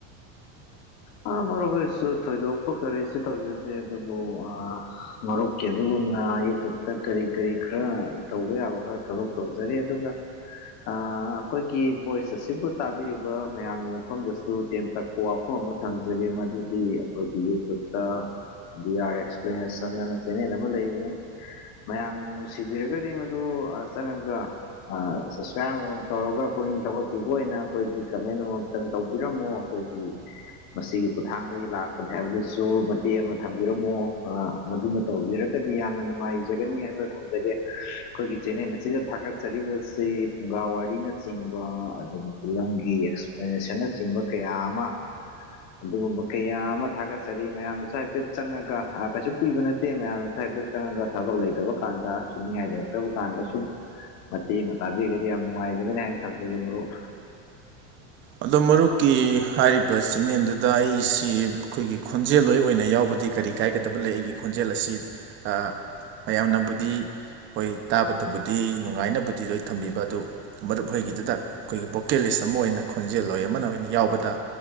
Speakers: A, on the left; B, on the right.
A: ꯑꯥ ꯃꯔꯨꯞ ꯑꯣꯏꯁꯨ ꯊꯣꯏꯗꯣꯛꯄ ꯀꯔꯤꯁꯨ ꯇꯧꯖꯗꯦ ꯑꯗꯨꯕꯨ ꯑꯥ ꯃꯔꯨꯞꯀꯤ ꯑꯗꯨꯒꯨꯝꯅ ꯌꯨꯇꯨꯨꯞꯇ ꯀꯔꯤ ꯀꯔꯤ ꯈꯔ ꯇꯧꯕ ꯌꯥꯕ ꯈꯔ ꯊꯕꯛ ꯇꯧꯖꯔꯤ ꯑꯗꯨꯒ ꯑꯥ ꯑꯩꯈꯣꯏꯒꯤ ꯚꯣꯏꯁ ꯑꯁꯤꯕꯨ ꯇꯥꯕꯤꯔꯤꯕ ꯃꯌꯥꯝꯒꯤ ꯃꯐꯝꯗꯁꯨ ꯇꯦꯟ ꯇꯛꯄ ꯋꯥꯐꯝ ꯑꯃ ꯊꯝꯖꯒꯦ ꯃꯗꯨꯗꯤ ꯑꯩꯈꯣꯏꯒꯤ ꯌꯨꯇꯨꯞꯇ ꯕꯤ ꯑꯥꯔ ꯑꯦꯛꯁꯄ꯭ꯂꯅꯦꯁꯟ ꯍꯥꯏꯅ ꯆꯦꯅꯦꯜ ꯑꯃ ꯂꯩꯕꯅꯦ ꯃꯌꯥꯝꯅ ꯅꯨꯡꯁꯤꯕꯤꯔꯒꯗꯤ ꯃꯗꯨ ꯆꯪꯉꯒ ꯑꯥ ꯁꯞꯁ꯭ꯔꯥꯞ ꯑꯃꯃꯝ ꯇꯧꯔꯒ ꯄꯨꯛꯅꯤꯡ ꯊꯧꯒꯠꯄꯤꯕ ꯑꯣꯏꯅ ꯑꯩꯈꯣꯏꯒꯤ ꯀꯃꯦꯟ ꯑꯃ ꯇꯪ ꯇꯧꯕꯤꯔꯝꯃꯣ ꯑꯩꯈꯣꯏꯒꯤ ꯃꯁꯤꯒꯤ ꯈꯨꯊꯥꯡꯗꯒꯤ ꯂꯥꯛꯄꯅꯤ ꯍꯥꯏꯕꯗꯨꯁꯨ ꯃꯇꯦꯛ ꯑꯃ ꯊꯝꯕꯤꯔꯝꯃꯣ ꯃꯗꯨꯅ ꯇꯧꯕꯤꯔꯒꯗꯤ ꯌꯥꯝꯅ ꯅꯨꯡꯉꯥꯏꯖꯒꯅꯤ ꯍꯥꯏꯕ ꯊꯝꯖꯒꯦ ꯑꯩꯈꯣꯏꯒꯤ ꯆꯦꯅꯦꯜ ꯑꯁꯤꯗ ꯊꯥꯒꯠꯆꯔꯤꯕꯁꯤ ꯐꯨꯡꯒꯥ ꯋꯥꯔꯤꯅꯆꯤꯡꯕ ꯑꯗꯥꯒꯤ ꯐꯤꯂꯝꯒꯤ ꯑꯦꯛꯁꯄ꯭ꯂꯦꯅꯦꯁꯟꯅꯆꯤꯡꯕ ꯀꯌꯥ ꯑꯃ ꯑꯗꯨꯒꯨꯝꯕ ꯀꯌꯥ ꯑꯃ ꯊꯥꯒꯠꯆꯔꯤ ꯃꯌꯥꯝꯅꯁꯨ ꯍꯥꯏꯐꯦꯠ ꯆꯪꯉꯒ ꯀꯩꯁꯨ ꯀꯨꯏꯕ ꯅꯠꯇꯦ ꯃꯌꯥꯝꯅꯁꯨ ꯍꯥꯏꯐꯦꯠ ꯆꯪꯉꯒ ꯊꯕꯛ ꯂꯩꯇꯕ ꯀꯥꯟꯗ ꯁꯨꯝꯅꯤꯡꯉꯥꯏ ꯂꯩꯔꯛꯇꯕ ꯀꯥꯟꯗ ꯁꯨꯝ ꯃꯇꯦꯛ ꯑꯃ ꯇꯥꯕꯤꯔꯒꯗꯤ ꯌꯥꯝ ꯅꯨꯡꯉꯥꯏꯖꯒꯅꯤ ꯍꯥꯏꯅ ꯊꯝꯖꯒꯦ ꯃꯔꯨꯞ
B: ꯑꯗꯣ ꯃꯔꯨꯞ ꯀꯤ ꯍꯥꯏꯔꯤꯕ ꯆꯦꯅꯦꯜꯗꯨꯗ ꯑꯩꯁꯤ ꯑꯩꯈꯣꯏꯒꯤ ꯈꯣꯟꯖꯦꯜꯂꯣꯏ ꯑꯣꯏꯅ ꯌꯥꯎꯕꯗꯤ ꯀꯔꯤ ꯀꯥꯏꯒꯗꯕ ꯂꯩ ꯑꯩꯒꯤ ꯈꯣꯟꯖꯦꯜ ꯑꯁꯤ ꯑꯥ ꯃꯌꯥꯝꯅꯕꯨꯗꯤ ꯍꯣꯏ ꯇꯥꯕꯗꯕꯨꯗꯤ ꯅꯨꯡꯉꯥꯏꯅꯕꯗꯤ ꯂꯣꯏ ꯊꯝꯕꯤꯕ ꯑꯗꯨ ꯃꯔꯨꯞ ꯍꯣꯏꯒꯤꯗꯨꯗ ꯑꯩꯈꯣꯏꯒꯤ ꯚꯣꯀꯦꯂꯤꯁ ꯑꯃ ꯑꯣꯏꯅ ꯈꯣꯟꯖꯦꯜ ꯂꯣꯏ ꯑꯃꯅ ꯑꯣꯏꯅ ꯌꯥꯎꯕꯗ